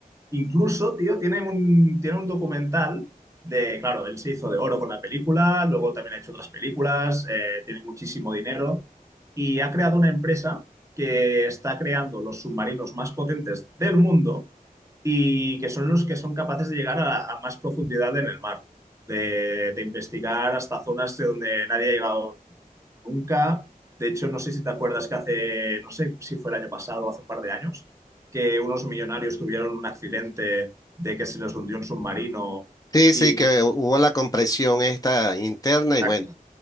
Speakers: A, on the right; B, on the left.
A: Incluso, tío, tiene un, tiene un documental de, claro, él se hizo de oro con la película, luego también ha hecho otras películas, eh, tiene muchísimo dinero y ha creado una empresa que está creando los submarinos más potentes del mundo y que son los que son capaces de llegar a, a más profundidad en el mar, de, de investigar hasta zonas de donde nadie ha llegado nunca. De hecho, no sé si te acuerdas que hace, no sé si fue el año pasado o hace un par de años que unos millonarios tuvieron un accidente de que se les hundió un submarino
B: sí,
A: y
B: sí, que
A: que...
B: hubo la compresión esta interna y
A: Exacto,
B: bueno.